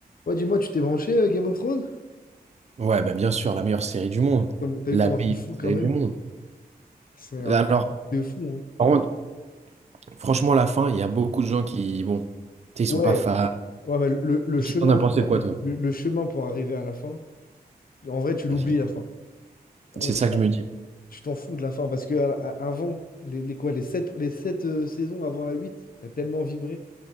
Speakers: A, on the left; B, on the right.
A: Ouais, dis-moi, tu t'es branché euh, Game of Thrones?
B: Ouais, bah, bien sûr, la meilleure série du monde.
A: Comme- T'as
B: La
A: vu comment c'est
B: meilleure
A: fou quand
B: série
A: même?
B: du monde.
A: C'est un
B: Bah,
A: truc
B: Alors,
A: de fou, hein.
B: par contre, franchement, la fin, il y a beaucoup de gens qui, bon, tu sais, ils
A: Ouais,
B: sont pas fans.
A: ouais, mais le, le chemin
B: T'en as pensé
A: pour,
B: quoi, toi?
A: le, le chemin pour arriver à la fin, en vrai, tu l'oublies
B: Vas-y.
A: la fin. On-
B: C'est ça que je me dis.
A: tu t'en fous de la fin parce que à- à- avant, les, les quoi, les sept, les sept euh, saisons avant la 8 t'as tellement vibré.